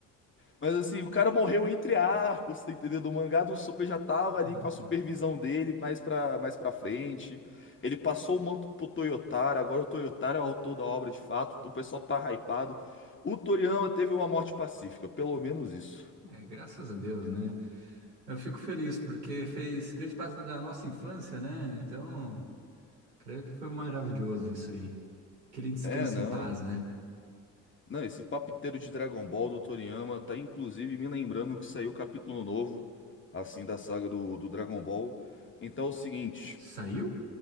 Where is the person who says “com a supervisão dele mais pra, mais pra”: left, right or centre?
Left